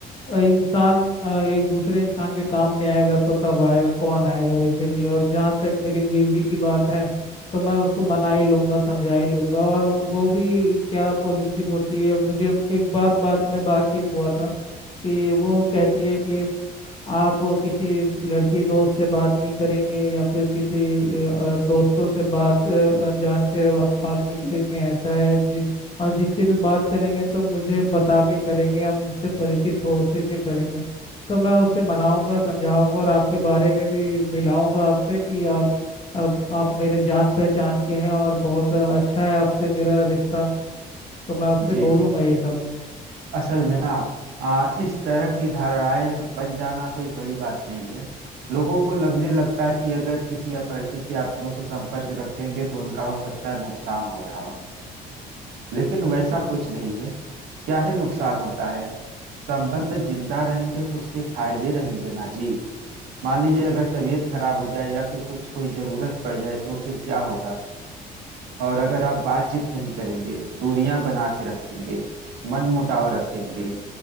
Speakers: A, on the left; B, on the right.
A: अ, इंसान अ, एक दूसरे इंसान के काम नहीं आएगा तो कब आएगा कौन आएगा वैसे भी और जहाँ तक मेरी बीवी की बात है तो मैं उसको मना ही लूंगा समझा ही लूंगा और वो भी क्या पॉजिटिव होती है मुझे एक बात बात में बातचीत हुआ था कि वो कहती है कि आप किसी लड़की दोस्त से बात नहीं करेंगे या फिर किसी अ, दोस्तों से बात अ, अनजान से आप बात नहीं करेंगे ऐसा है जी और जिससे भी बात करेंगे तो मुझे बता के करेंगे आप मुझसे परिचित हो उसी से करेंगे तो मैं उससे मनाऊंगा समझाऊंगा और आपके बारे में भी मिलाऊंगा आपसे कि आप अब आप मेरे जान पहचान के हैं और बहुत अच्छा है आपसे मेरा रिश्ता तो मैं उससे
B: जी
A: बोलूंगा
B: जी
A: ये सब
B: असल में ना आ, इस तरह की धारणाएं बन जाना कोई बड़ी बात नहीं है लोगों को लगने लगता है कि अगर किसी अपरिचित या अपनों से संपर्क रखेंगे तो उनका हो सकता है नुकसान हो रहा हो लेकिन वैसा कुछ नहीं है क्या ही नुकसान होता है संबंध जिंदा रहेंगे तो उसके फायदे रहेंगे ना जी मान लीजिए अगर तबीयत खराब हो जाए या फिर कुछ कोई जरूरत पड़ जाए तो फिर क्या होगा और अगर आप बातचीत नहीं करेंगे दूरियां बना के रखेंगे मन मुटाव रखेंगे